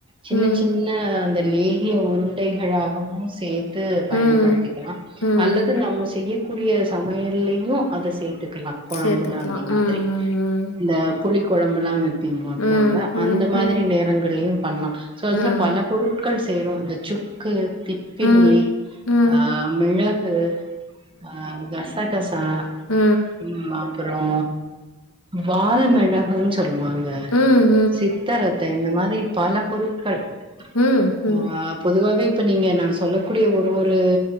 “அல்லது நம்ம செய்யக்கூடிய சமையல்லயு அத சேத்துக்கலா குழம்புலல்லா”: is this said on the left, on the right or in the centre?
Right